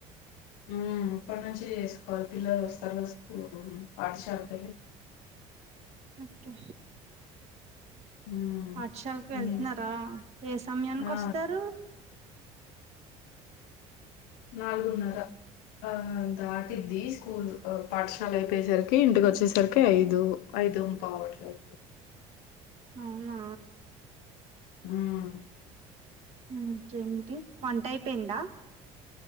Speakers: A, on the left; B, on the right.
A: హ్మ్ ఇప్పటి నుంచే చేసుకోవాలే. పిల్లలు వస్తారు కదా స్కూలుకు పాఠశాల కెళ్ళి.
B: ఒకే
A: ఉమ్
B: పాఠశాలకు వెళ్తున్నారా?
A: మీరు
B: ఏ సమయానికి
A: ఆ
B: వస్తారు?
A: నాలుగు న్నరా. ఆ దాటిద్ది స్కూల్ పాఠశాల అయిపోయేసరికి ఇంటికి వచ్చేసరికి ఐదు. ఐదుం పావు అట్లయి
B: అవునా
A: హ్
B: హ్మ్ ఇంకేమిటి వంట అయిపోయిందా?